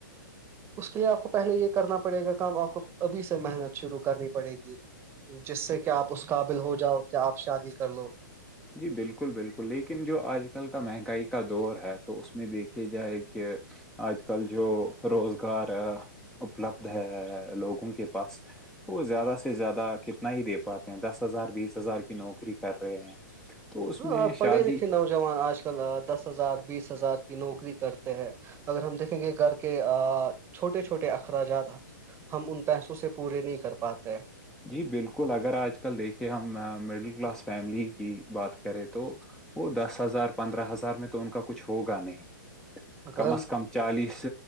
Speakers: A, on the right (about 20°); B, in the centre.
A: اس کے لیے آپ کو پہلے یہ کرنا پڑے گا کام آپ کو ابھی سے محنت شروع کرنی پڑے گی جس سے کہ آپ اس قابل ہو جاؤ کہ آپ شادی کر لو
B: جی بالکل بالکل لیکن جو آج کل کا مہنگائی کا دور ہے تو اس میں دیکھیے جائے کہ آج کل جو روزگار اپلبد ہے لوگوں کے پاس تو وہ زیادہ سے زیادہ کتنا ہی دے پاتے ہیں دس ہزار بیس ہزار کی نوکری کر رہے ہیں تو اس
A: ہاں
B: میں
A: پڑھے
B: شادی
A: لکھے نوجوان آج کل دس ہزار بیس ہزار نوکری کرتے ہیں اگر ہم دیکھیں گے گھر کے چھوٹے چھوٹے اخراجات ہم ان پیسوں سے پورے نہیں کر پاتے
B: جی بالکل اگر آج کل دیکھے ہم مڈل کلاس فیملی کی بات کرے تو وہ دس ہزار پندرہ ہزار میں تو ان کا کچھ ہوگا نہیں
A: اگر
B: کم
A: ہم
B: از کم چالیس